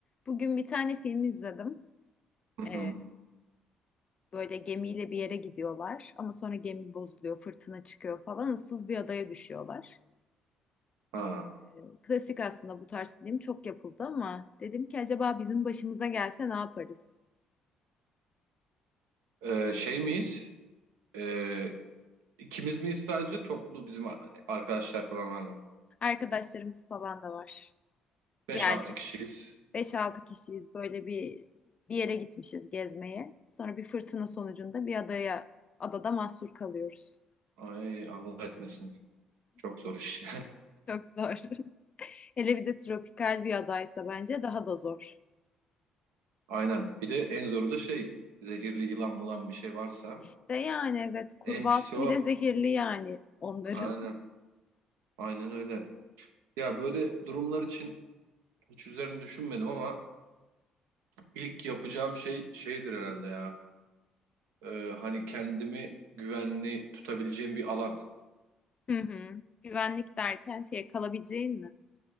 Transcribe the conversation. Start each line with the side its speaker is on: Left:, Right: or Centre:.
Left: Bugün bir tane film izledim.
Right: Hı hı.
Left: Ee, böyle gemiyle bir yere gidiyorlar ama sonra gemi bozuluyor, fırtına çıkıyor falan, ıssız bir adaya düşüyorlar.
Right: Ha.
Left: Ee, klasik aslında bu tarz film çok yapıldı ama dedim ki acaba bizim başımıza gelse ne yaparız?
Right: Ee, şey miyiz? Ee, ikimiz miyiz sadece toplu bizim arkadaşlar falan var mı?
Left: Arkadaşlarımız falan da var.
Right: Beş
Left: Yani
Right: altı kişiyiz.
Left: beş altı kişiyiz böyle bir bir yere gitmişiz gezmeye. Sonra bir fırtına sonucunda bir adaya adada mahsur kalıyoruz.
Right: Ay Allah etmesin. Çok zor iş.
Left: Çok zor. <laughs> Hele bir de tropikal bir adaysa bence daha da zor.
Right: <laughs> Aynen. Bir de en zoru da şey zehirli yılan mılan bir şey varsa
Left: İşte yani evet kurbağası
Right: en pisi o.
Left: bile zehirli yani onların.
Right: Aynen. Aynen öyle. Ya böyle durumlar için hiç üzerine düşünmedim ama ilk yapacağım şey şeydir herhalde ya. Ee, hani kendimi güvenli tutabileceğim bir alan.
Left: <laughs> Hı hı. Güvenlik derken şey kalabileceğin mi?